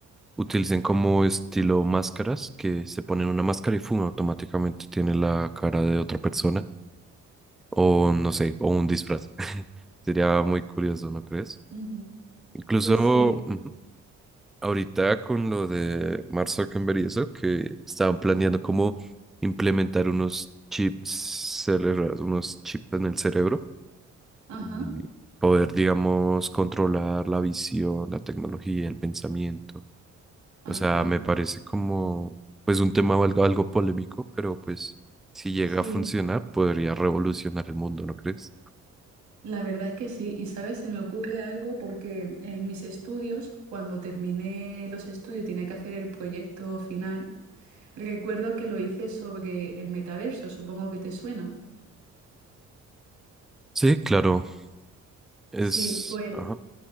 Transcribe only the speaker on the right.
Ujú.
Pues sí,
ajá,
ajá,
sí.
La verdad es que sí, y sabes, se me ocurre algo porque en mis estudios, cuando terminé los estudios y tenía que hacer el proyecto final, recuerdo que lo hice sobre el metaverso, supongo que te suena.
Sí, pues